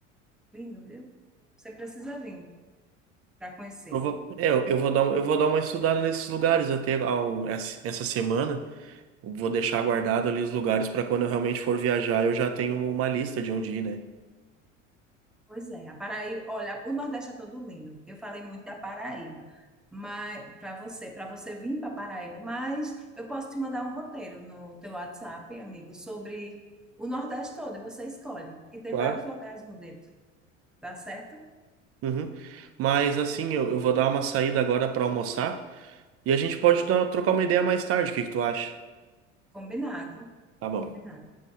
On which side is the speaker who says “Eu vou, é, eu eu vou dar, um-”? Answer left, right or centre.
Right